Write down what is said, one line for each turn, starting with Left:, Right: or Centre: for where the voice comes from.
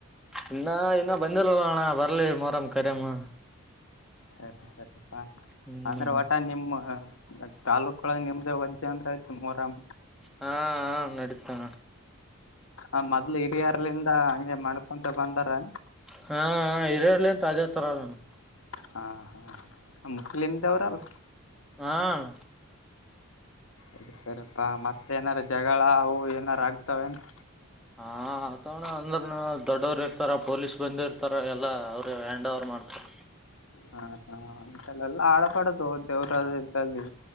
Centre: ಇನ್ನ ಇನ್ನ ಬಂದಲ್ವಲೋ ಅಣ್ಣ ಬರಲಿ ಮೊರಂ ಕರಿಯಾಮ
Left: ಸರಿ ಸರಿಪ್ಪಾ
Centre: ಹ್ಮ್
Left: ಅಂದ್ರೆ ಒಟ ನಿಮ್ಮ ನ ತಾಲೂಕೊಳಗ ನಿಮ್ದ ವಜ್ಜ ಅಂದ್ರೆ ಆಯ್ತು ಮೊಹರಂ
Centre: ಹಾ ಹ ನಡೀತದ ಅಣ್ಣ
Left: ಆ ಮೊದ್ಲು ಹಿರಿಯರ್ಲಿಂದ ಹಂಗೆ ಮಾಡ್ಕೊಂತ ಬಂದಾರ
Centre: ಹಾ ಹಾ ಹಿರಿಯರಿಂದ ತಾಜೇತರ ಅಣ್ಣ
Left: ಹಾ ಹಾ ಮುಸ್ಲಿಮ್ದವ್ರಲ್ಲ
Centre: ಹ ಅಣ್ಣ
Left: ಸರಿ ಸರಿಪಾ ಮತ್ತ ಏನಾರ ಜಗಳ ಅವು ಏನಾರ ಆಗ್ತಾವೇನಾ
Centre: ಹ ಅಯ್ತವಣ ಅಂದ್ರನು ದೊಡ್ಡವರು ಇರ್ತಾರ ಪೊಲೀಸ್ ಬಂದು ಇರ್ತಾರ ಎಲ್ಲಾ ಅವರು ಹ್ಯಾಂಡ್ ಓವರ್ ಮಾಡ್ತಾರೆ
Left: ಹಾ ಹಾ ಅಂತಾವೆಲ್ಲ ಆಡಬಾಡದು ದೇವ್ರ್ದಲ್ಲಿ